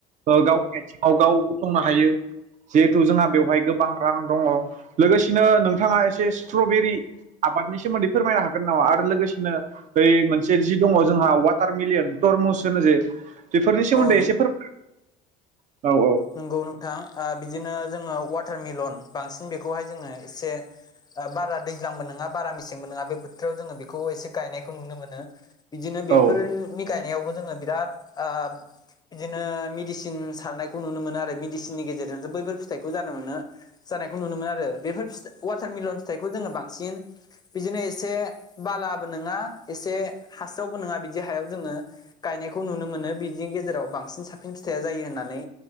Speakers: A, on the right; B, on the left.
A: ओ गावनि आथिङाव गाव गसंनो हायो। जिहेथु जोंहा बेवहाय गोबां रां दङ लोगोसेनो नोंथाङा एसे स्ट्रबेरि आबादनि सोमोन्दै फोरमायनो हागोन नामा आरो लोगोसेनो बै मोनसे जि दङ जोंहा वाटार मिलियन टरमुस होनो जे। बेफोरनि सोमोन्दै
B: अ
A: एसे फोरमाय औ औ।
B: नोंगौ नोंथां ओ बिदिनो जोङो वाटार मिलन बांसिन बेखौहाय जोङो एसे बारा दैज्लांबो नङा बारा मेसेंबो नङा बे बोथोराव जोङो बेखौ एसे गायनायखौ नुनो मोनो। बिदिनो बेफोर
A: औ
B: बि गायनायावबो जोङो बिराद ओ बिदिनो मेडिसिन सारनायखौ नुनो मोनो आरो, मेडिसिननि गेजेरजों बैफोर फिथाइखौ जानोमोनो जानायखौ नुनो मोनो आरो। बेफोर फिथा वाटारमिलन फिथाइखौ जोङो बांसिन बिदिनो एसे बालाबो नङा एसे हास्रावबो नङा बिदि हायाव जोङो गायनायखौ नुनो मोनो, बि बिनि गेजेराव बांसिन साबसिन फिथाइया जायो होननानै